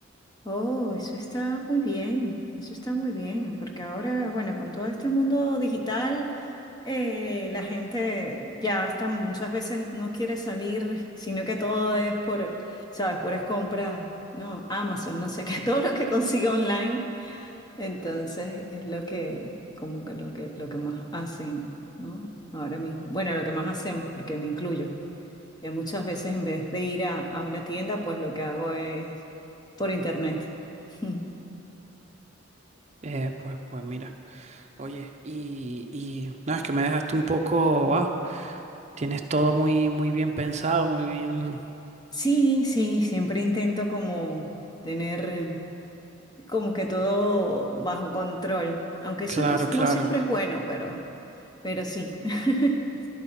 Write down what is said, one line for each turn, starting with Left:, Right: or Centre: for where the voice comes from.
Left: Oh, eso está muy bien, eso está muy bien, porque ahora, bueno, con todo este mundo digital, eh, la gente ya hasta muchas veces no quiere salir, sino que todo es por, ¿sabes? Puras compras, no, Amazon, no sé qué, <laughs> todo lo que consiga online. Entonces es lo que, como que lo que, lo que más hacen, ¿no? Ahora mismo. Bueno, lo que más hacemos, porque me incluyo. Ya muchas veces en vez de ir a, a una tienda, pues lo que hago es por internet. <laughs>
Right: Eh, pues, pues mira, oye, y, y no, es que me dejaste un poco, wow, tienes todo muy, muy bien pensado, muy bien,
Left: Sí, sí, siempre intento como tener eh, como que todo bajo control, aunque eso
Right: claro,
Left: no,
Right: claro.
Left: no siempre es bueno, pero, pero sí, <laughs>